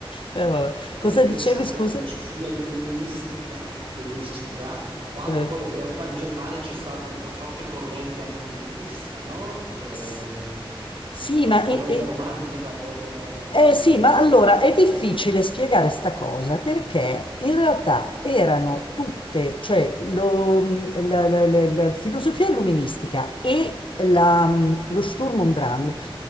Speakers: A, on the left (about 60°); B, on the right (about 75°).
A: Eh, vabbè.
B: È
A: Cosa
B: interessante
A: dicevi, scusa?
B: la filosofia illuministica tedesca, quando
A: Eh.
B: poi in realtà in Germania c'è stata una forte corrente anti-illuminista, no? Eh,
A: S- Sì,
B: la
A: ma,
B: corrente
A: e- e-
B: romantica, voglia- voglio
A: eh, sì,
B: dire,
A: ma
B: no?
A: allora
B: Che-
A: è difficile spiegare sta cosa perché in realtà erano tutte, cioè lo- mm, la, la- la- la filosofia illuministica e la, mm, lo Sturm und Drang